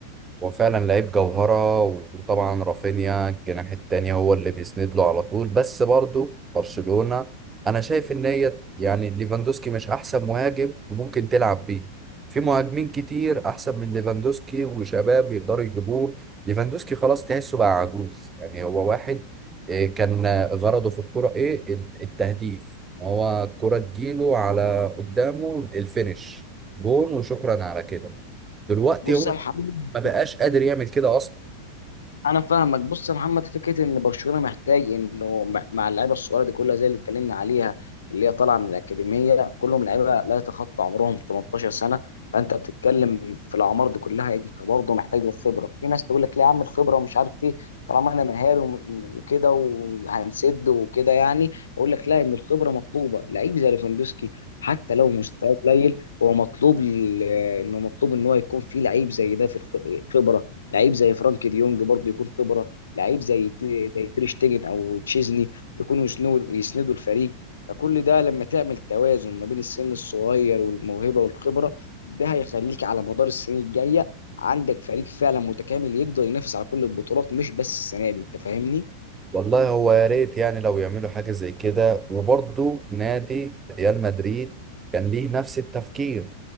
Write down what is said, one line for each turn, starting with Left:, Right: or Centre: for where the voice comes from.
Right: هو فعلا لعيب جوهرة وطبعا رافينيا الجناح التاني هو اللي بيسند له على طول بس برضه برشلونة أنا شايف إن هي يعني ليفاندوسكي مش أحسن مهاجم ممكن تلعب بيه في مهاجمين كتير أحسن من ليفاندوسكي وشباب يقدروا يجيبوه ليفاندوسكي خلاص تحسه بقى عجوز يعني هو واحد آه، كان آه، غرضه في الكرة إيه ال- التهديف هو الكرة تجيله على قدامه الفينش جون وشكرا على كده دلوقتي
Left: بص
Right: هو
Left: يا محمد
Right: ما بقاش قادر يعمل كده اصلا
Left: انا فاهمك بص يا محمد فكره ان برشلونه محتاج انه مع مع اللعيبه الصغيره دي كلها زي اللي اتكلمنا عليها اللي هي طالعه من الاكاديميه كلهم لعيبه لا يتخطى عمرهم 18 سنه فانت بتتكلم في الاعمار دي كلها انت برضه محتاج للخبره في ناس تقول لك لا يا عم الخبره ومش عارف ايه طالما انا مهاري وم- وكده وهنسد وكده يعني اقول لك لا ان الخبره مطلوبه لعيب زي ليفاندوسكي حتى لو مستواه قليل هو مطلوب ل- انه مطلوب ان هو يكون فيه لعيب زي ده في الخبره لعيب زي فرانك ديونج برضه يكون خبره لعيب زي تي- زي تير شتيجن او تشيزني يكونوا يسنو- يسندوا الفريق فكل ده لما تعمل توازن ما بين السن الصغير والموهبه والخبره ده هيخليك على مدار السنين الجايه عندك فريق فعلا متكامل يقدر ينافس على كل البطولات مش بس السنه دي انت فاهمني؟
Right: والله هو يا ريت يعني لو يعملوا حاجه زي كده وبرضه نادي ريال مدريد كان ليه نفس التفكير